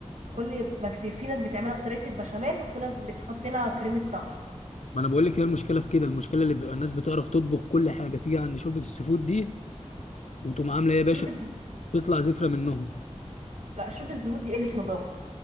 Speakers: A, on the right; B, on the left.
A: كل بس في ناس بتعملها بطريقة البشاميل وفي ناس بتحط لها كريمة طهي
B: ما انا بقول لك هي المشكله في كده المشكله اللي بيبقى الناس بتعرف تطبخ كل حاجه تيجي عند شوربه السي فود دي وتقوم عامله ايه يا
A: شوربة
B: باشا
A: الز-
B: تطلع زفره منهم
A: لا شوربة الزبود دي قلة نظافة